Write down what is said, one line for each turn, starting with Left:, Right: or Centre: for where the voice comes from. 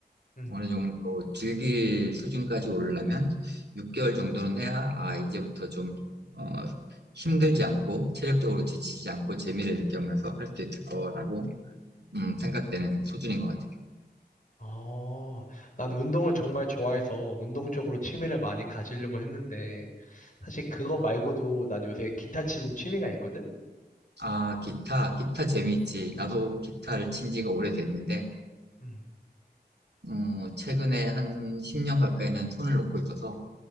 Left: 음.
Right: 어느 정도 즐길 수준까지 오르려면 6개월 정도는 해야, 아, 이제부터 좀, 어, 힘들지 않고, 체력적으로 지치지 않고, 재미를 느끼면서 할 수 있을 거라고, 음, 생각되는 수준인 것 같아요.
Left: 어, 난 운동을 정말 좋아해서 운동 쪽으로 취미를 많이 가지려고 했는데, 사실 그거 말고도 난 요새 기타 치는 취미가 있거든?
Right: 아, 기타, 기타 재미있지. 나도 기타를 친 지가 오래됐는데,
Left: 음.
Right: 어, 최근에 한 10년 가까이는 손을 놓고 있어서